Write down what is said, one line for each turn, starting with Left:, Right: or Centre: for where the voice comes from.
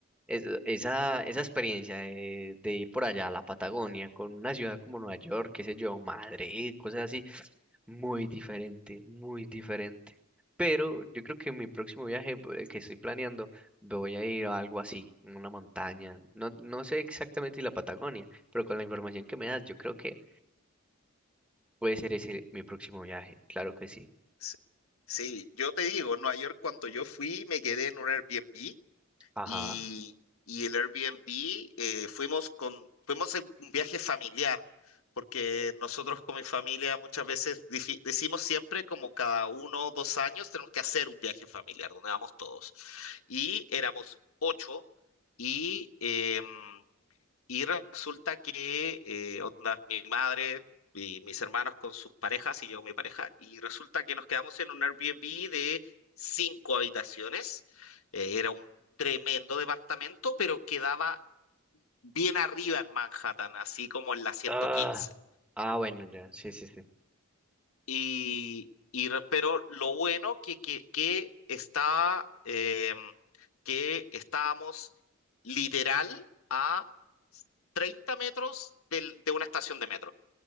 Centre: es- esa, esa experiencia de, de ir por allá a la Patagonia con una ciudad como Nueva York, qué sé yo, Madrid, cosas así, muy diferente, muy diferente. Pero yo creo que en mi próximo viaje, el que estoy planeando, voy a ir a algo así, en una montaña. No, no sé exactamente si la Patagonia, pero con la información que me das, yo creo que puede ser ese mi próximo viaje, claro que sí.
Left: Sí, sí, yo te digo, en Nueva York cuando yo fui me quedé en un Airbnb
Centre: Ajá.
Left: y, y el Airbnb eh, fuimos con, fuimos en un viaje familiar, porque nosotros con mi familia muchas veces difi- decimos siempre como cada uno o dos años tenemos que hacer un viaje familiar, donde vamos todos. Y éramos ocho y... em, y resulta que, eh, onda, mi madre y mis hermanos con sus parejas y yo con mi pareja, y resulta que nos quedamos en un Airbnb de cinco habitaciones. Eh, era un tremendo departamento, pero quedaba bien arriba en Manhattan, así como en la 115.
Centre: Ah, ah, bueno, ya, sí, sí, sí.
Left: Y, y re- pero lo bueno que, que, que está, em, que estábamos literal a 30 metros del- de una estación de metro.